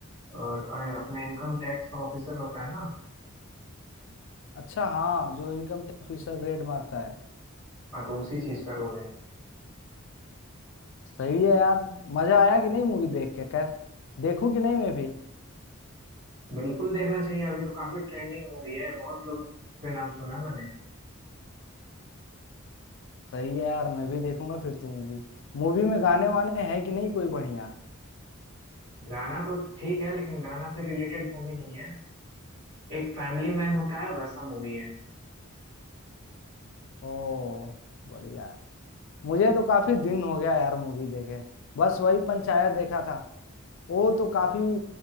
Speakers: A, on the right (about 65°); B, on the left (about 60°).
A: और अ, अपना इनकम टैक्स ऑफिसर होता है ना
B: अच्छा हाँ जो इनकम टैक्स ऑफिसर रेड मारता है
A: हाँ तो उसी चीज का रोल है
B: सही है यार मजा आया कि नहीं मूवी देख के कैस देखूं कि नहीं मैं भी
A: बिल्कुल देखना चाहिए अभी तो काफी ट्रेंडिंग मूवी है बहुत लोग से नाम सुना है मैंने
B: सही है यार मैं भी देखूंगा फिर तो मूवी मूवी में गाने वाने है कि नहीं कोई बढ़िया
A: गाना तो ठीक है लेकिन गाना से रिलेटेड मूवी नहीं है एक फैमिली मैन होता है वैसा मूवी है
B: ओ बढ़िया है मुझे तो काफी दिन हो गया यार मूवी देखे बस वही पंचायत देखा था वो तो काफी